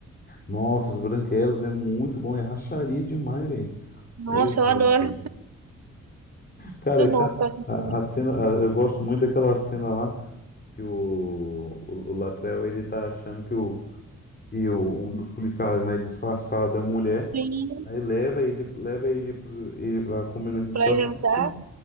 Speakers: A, on the left (about 35°); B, on the right (about 55°).
A: Nossa, as Branquelas é muito bom. É racharia demais, velho.
B: Nossa,
A: Meu Deus
B: eu adoro.
A: do céu. Cara,
B: Muito
A: é cada-
B: bom ficar assistindo
A: a, a cena, a- eu gosto muito daquela cena lá que o, o, o Latrell ele tá achando que, o, que o, um dos policiais, né, disfarçado da mulher,
B: filme
A: aí leva ele, leva ele, pro, ele pra comer no restaurante,
B: pra jantar.